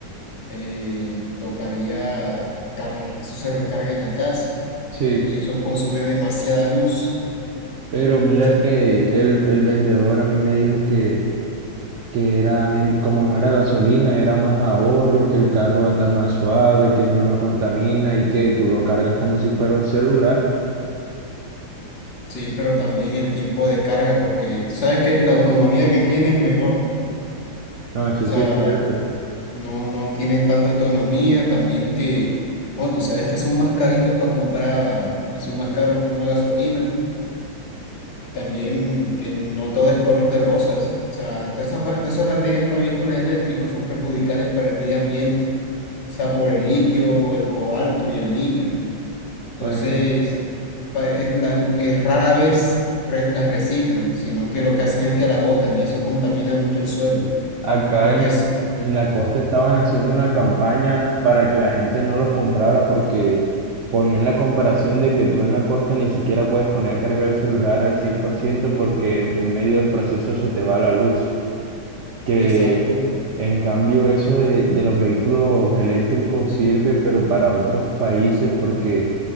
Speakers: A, on the left; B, on the right.
A: eh, tocaría, car- eso se recarga en la casa
B: Sí,
A: y eso consume demasiada luz.
B: pero mira
A: Se-
B: que el, el vendedor a mí me dijo que que era, men- como no era gasolina, era más ahorro, que el carro anda más suave, que uno no contamina y que tú lo cargas como si fuera un celular.
A: Sí, pero también el tiempo de carga, porque sabes que la autonomía que tiene es menor.
B: No, eso
A: O sea,
B: sí es cierto.
A: no, no tienen tanta autonomía, también que, bueno, tú sabes que son más caritos para comprar, que son más caros que una gasolina, también que no todo es color de rosas, o sea, todas esas, ba- todas esas baterías para vehículos eléctricos son perjudiciales para el medio ambiente, o sea, por el litio, el cobalto y el níquel. Entonces,
B: Bueno,
A: pa- es la- es rara vez re- las reciclan, sino que lo que hacen es que las botan y eso contamina mucho el suelo.
B: acá
A: Lo
B: en,
A: que es,
B: en la costa estaban haciendo una campaña para que la gente no los comprara porque ponían la comparación de que tú en la costa ni siquiera puedes poner a cargar el celular al 100% porque en en medio del proceso se te va la luz. que
A: exacto.
B: En cambio, eso de, de los vehículos eléctricos sirve, pero para otros países, porque,